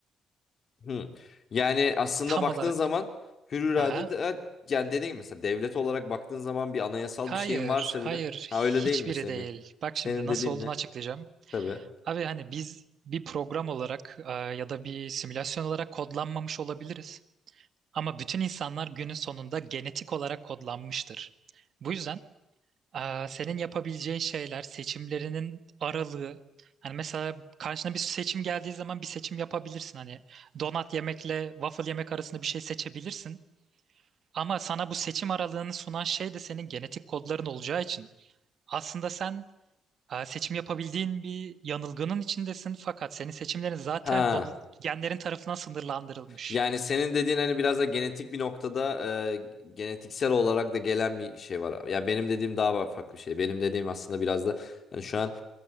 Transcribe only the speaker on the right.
Tam
olarak.
Aha.
Hayır,
hayır,
hiçbiri
değil. Bak
şimdi nasıl
olduğunu
açıklayacağım.
Abi hani biz bir program olarak e, ya da bir simülasyon olarak kodlanmamış olabiliriz. Ama bütün insanlar günün sonunda genetik olarak kodlanmıştır. Bu yüzden Aa, senin yapabileceğin şeyler, seçimlerinin aralığı. Hani mesela karşına bir seçim geldiği zaman bir seçim yapabilirsin. Hani donat yemekle waffle yemek arasında bir şey seçebilirsin. Ama sana bu seçim aralığını sunan şey de senin genetik kodların olacağı için. Aslında sen aa, seçim yapabildiğin bir yanılgının içindesin fakat senin seçimlerin zaten
kod, genlerin tarafından sınırlandırılmış.